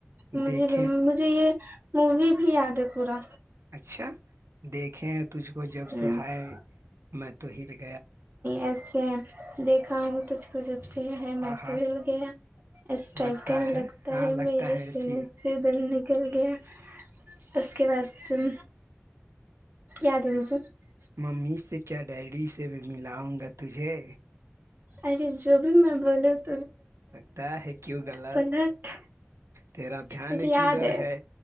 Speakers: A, on the right; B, on the right.
A: مجے
B: دیکھیں
A: مجھے یہ مووی بھی یاد ہے پورا
B: اچھا دیکھیں تجھ کو جب
A: ہ نہیں
B: سے ہائے میں تو ہ رہ
A: ایسے ہیں دیکھا ہوں تو <unintelligible> <inaudible> پز <unintelligible> س ہے میں
B: آ ہاں
A: تو مل گیا اس ٹائپ
B: لگتا
A: کا لگتا
B: ہاں
A: ہے
B: لگتا
A: میرے
B: ہے
A: سینے
B: رسی
A: سے دل <unintelligible> چل گیا اس کے بعد ت یاد ہے مجھے <unintelligible>
B: ممی سے کیا ڈیری سے میں ملاؤں گا تجھے <unintelligible>
A: ا جبی میں بلے <unintelligible>
B: لگتا ہے کیوں غلط
A: پلٹ
B: تیرا دھیان
A: مجھے یاد
B: کی در ہے